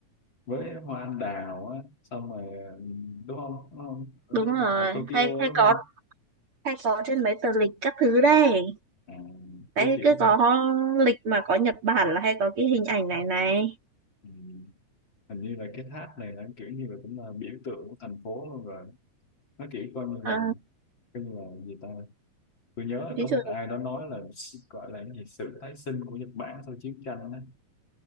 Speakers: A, on the left; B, on the right.
A: với hoa anh đào á xong rồi ờ, đúng không đúng không ở,
B: đúng rồi
A: ở Tokyo
B: hay hay
A: đúng
B: có
A: không
B: hay có trên mấy tờ lịch các thứ đây
A: à,
B: đấy
A: cái kiểu
B: cứ có lịch mà có Nhật Bản là hay có cái hình ảnh này này
A: ừ. hình như là cái tháp này nó kiểu như là cũng là biểu tượng của thành phố luôn rồi nó kiểu coi như
B: Ờ,
A: là coi như là gì ta tôi nhớ là
B: ví
A: có
B: dụ
A: một ai đó nói là s- gọi là cái gì sự tái sinh của Nhật Bản sau chiến tranh á